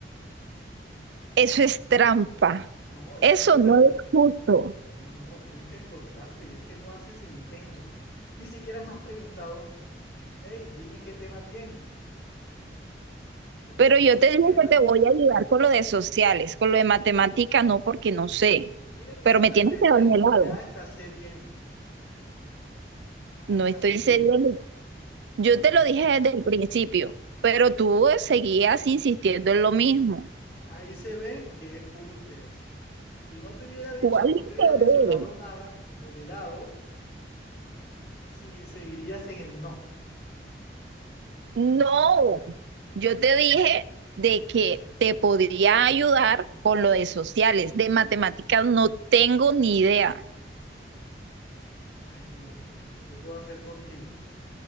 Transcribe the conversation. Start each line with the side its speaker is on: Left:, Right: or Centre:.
Right: Eso es trampa.
Left: No, esfuérzate.
Right: Eso no es justo.
Left: No, no, tienes que esforzarte. Es que no haces el intento. Ni siquiera me has preguntado, hey, dime qué tema tienes. Ya,
Right: Pero
Left: si tú
Right: yo
Left: me
Right: te dije
Left: dijeras,
Right: que te voy a ayudar con lo de sociales, con lo de matemática no, porque no sé.
Left: mira que
Right: Pero
Left: ahora estás
Right: me tienes
Left: cediendo,
Right: que dar mi helado.
Left: ya estás cediendo, ahora
Right: No
Left: estás
Right: estoy
Left: cediendo.
Right: cediendo. Yo
Left: No,
Right: te
Left: no,
Right: lo dije desde el principio, pero tú seguías insistiendo en lo mismo.
Left: no. Ahí se ve que es puro interés. Si no te hubiera dicho,
Right: ¿Cuál interés?
Left: no te hubiera mencionado nada del helado, sigue, seguirías en el no.
Right: No, yo te dije de que te podría ayudar con lo de sociales, de matemáticas no tengo ni idea.
Left: Ay, hombre, ¿qué puedo hacer contigo?